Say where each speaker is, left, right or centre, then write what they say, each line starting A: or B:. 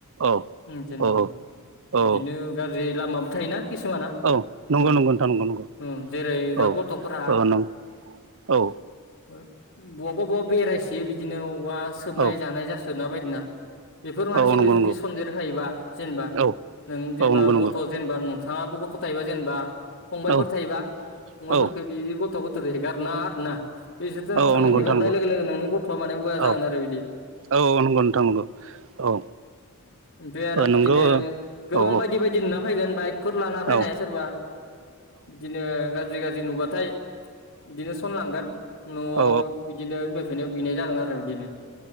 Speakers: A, on the right (about 65°); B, on the left (about 65°).
A: औ
B: उम जेनेबा
A: औ औ
B: बिदिनो
A: औ
B: गाज्रि लामाबो थायोना खिसुमाना
A: औ नंगौ
B: औ
A: नंगौ नोंथां नंगौ नंगौ
B: ओ जेरै दा
A: औ
B: गथ'फोरा
A: औ नंगौ औ
B: <unintelligible> बवबा बवा बेरायसयो बिदिनो अबावबा सोबनाय
A: औ
B: जानाय जासोना बायदिना बेफोर मानसिजों
A: औ नंगौ
B: जुदि
A: नंगौ
B: सनन्देर हायोबा जेनबा
A: औ
B: नों जेनबा
A: औ नंगौ नंगौ
B: गथ' जेनबा नोंथाङाबो गथ' थायोबा जेनबा फंबायफोर
A: औ
B: थायोबा फंबायफोरखो
A: औ
B: बिदि गथ' गथ' गथ' हेगार ना आरो ना बिसोरजों
A: औ औ
B: थां
A: नंगौ
B: हेगारनाय
A: नोंथां नंगौ
B: लोगो लोगो नोंनि गथ'आ माने बया
A: औ
B: जागोन आरो बिदि
A: औ नंगौ नोंथां नंगौ औ
B: ओमफाय आरो
A: ओ नंगौ
B: बिदिनो
A: औ
B: गोबां
A: औ
B: बायदि बायदि नाम फाइगोन बाइकफोर लाना फैनाय
A: औ
B: सोरबा बिदिनो गाज्रि गाज्रि नुबाथाय बिदिनो सनलांगोन न'आव
A: औ
B: इदिनो बिमा बिफानाव बिनाय जागोन आरो बिदिनो